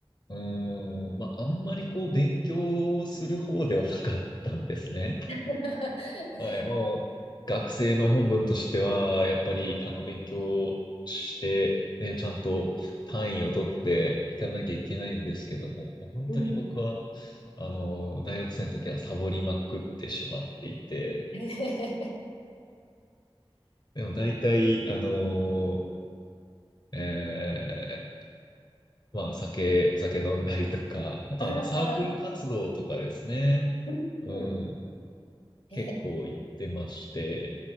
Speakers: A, on the left; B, on the left.
A: う、うーん、まあ、あんまりこう、勉強をする方ではなかったんですね。
B: <laughs>
A: はい、もう、学生の本分としては、やっぱり、あの、勉強して、ね、ちゃんと単位を取っていかなきゃいけないんですけども、もう本当に僕は、
B: うん
A: あの、大学生の時はサボりまくってしまっていて、
B: <laughs>
A: でも大体、あのーえーまあ、お酒、お酒飲んだりとか、あとはなサークル活動とかですね。
B: ああ、う
A: うん、
B: ん。え、
A: 結構行ってまして、